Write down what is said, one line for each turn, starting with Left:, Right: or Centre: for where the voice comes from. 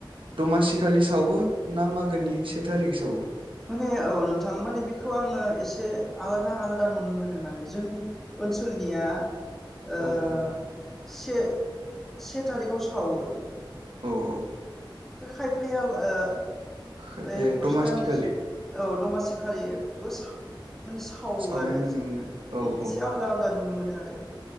Right: दमासिखालि सावो ना मागोनि से थारिख सावो?
Centre: माने औ नोंथां माने बेखौ आङो एसे आलादा आलादा नुनो मोनो माने जोंनि ओनसोलनिया <inaudible> <unintelligible>
Right: औ औ
Centre: से से थारिखाव सावो।
Right: औ औ।
Centre: बे खायफाया ओ
Right: खायफाया
Centre: बे पुस
Right: दमासिखालि
Centre: दाननि औ दमासि खालिबो माने सावो
Right: सावनाय
Centre: आरो
Right: नुनो मोनो औ
Centre: एसे
Right: औ
Centre: आलदा आलदा नुनो मोनो। आरो